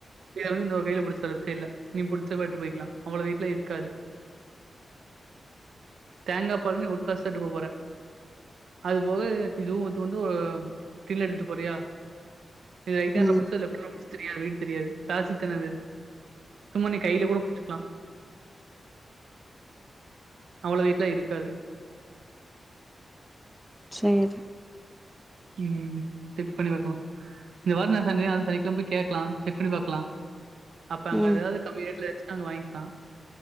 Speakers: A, on the right; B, in the centre.
A: அதாவது இந்த வகையில புடிச்சி லெப்ட் சைட்ல நீ புடிச்ச பாட்டு போயிக்கிலா அவ்ளோ வெய்ட்லா இருக்காது தேங்கா பாலு நீ ஒரு பர்சட்டு போ போற அதுபோக இதுவும் இது வந்து ஒரு தில்லு எடுத்துட்டு போறியா இது ரைட் ஹேண்ட்ல
B: ம்
A: புடிச்சுக்கோ இத லெஃப்ட் ஹேண்ட்ல புடிச்சிக்கிறியா வெயிட் தெரியாது பிளாஸ்டிக் தான இது. சும்மா நீ கையில கூட புடிச்சுக்கலா அவ்ளோ வெயிட்டு்லா இருக்காது
B: சேரி
A: ம் செக் பண்ணி பாக்கலா இந்த வாரம் நா சன்டே அது சனிக்கெழம போய் கேக்கலாம் செக் பண்ணி பாக்கலா அப்ப அங்க
B: ம்
A: எதாவது கம்மி ரேட்ல இருன்ச்சு து அங்க வாங்கிக்கிலா